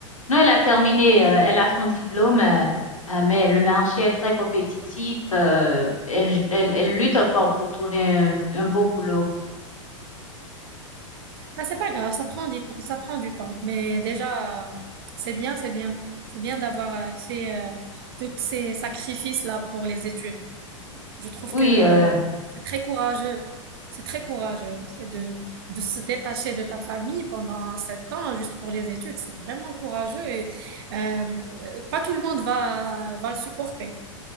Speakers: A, on the left; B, on the right.
A: Non, elle a terminé, euh, elle a son diplôme, euh, euh, mais le marché est très compétitif. euh, elle, elle, elle lutte encore pour trouver un, un beau boulot.
B: Mais c'est pas grave, ça prend du temps, ça prend du temps. Mais déjà, euh, c'est bien, c'est bien. C'est bien d'avoir euh, fait euh, tous ces sacrifices-là pour les études. Je trouve
A: Oui.
B: que
A: euh,
B: c'est très courageux. C'est très courageux C'est de, de se détacher de ta famille pendant sept ans juste pour les études. C'est vraiment courageux et euh, pas tout le monde va, va le supporter.